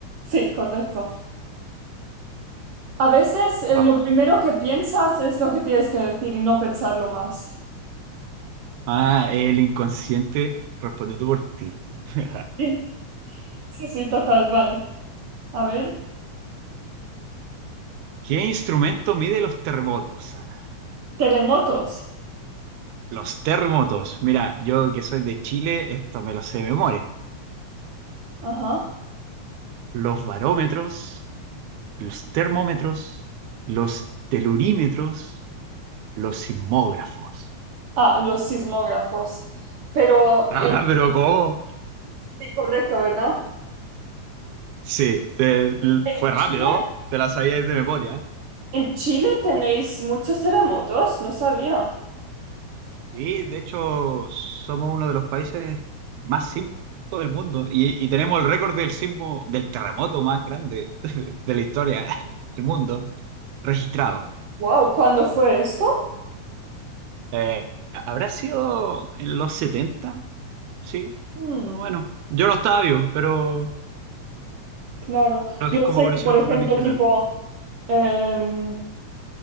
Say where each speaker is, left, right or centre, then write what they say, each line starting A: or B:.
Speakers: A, on the right; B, on the right.
A: Sí, correcto. A veces eh,
B: Vamos.
A: lo primero que piensas es lo que tienes que decir y no pensarlo más.
B: Ah, el inconsciente respondiendo por ti. <laughs>
A: Sí, sí, sí, total, vale. A ver,
B: ¿Qué instrumento mide los terremotos, Sara?
A: terremotos.
B: Los terremotos. Mira, yo que soy de Chile, esto me lo sé de memoria.
A: Ajá.
B: Los barómetros, los termómetros, los telurímetros, los sismógrafos.
A: Ah, los sismógrafos. Pero,
B: Ah,
A: eh,
B: pero ¿cómo?
A: sí, correcto, ¿verdad?
B: Sí, te- l-
A: ¿En
B: fue
A: Chile?
B: rápido, te la sabías de memoria.
A: ¿En Chile tenéis muchos terremotos? No sabía.
B: Sí, de hecho, somos uno de los países más sísmicos del mundo y, y tenemos el récord del sismo, del terremoto más grande de la historia <laughs> del mundo registrado.
A: Wow, ¿cuándo fue esto?
B: Eh, ¿habrá sido en los 70, Sí,
A: Mm,
B: bueno, yo no estaba vivo, pero,
A: claro.
B: pero
A: Yo
B: es como
A: sé
B: conocimiento
A: que, por ejemplo,
B: también general.
A: tipo... em,